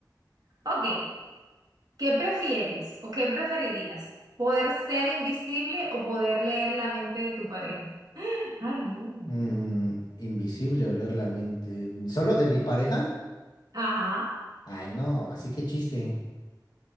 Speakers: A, on the right (about 60°); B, on the left (about 65°).
A: Ok, ¿qué prefieres o qué preferirías? ¿Poder ser invisible o poder leer la mente de tu pareja? <gasps> Ay, no.
B: mm, invisible oler la mente. ¿Solo de mi pareja?
A: Ajá.
B: Ay, no, así que chiste.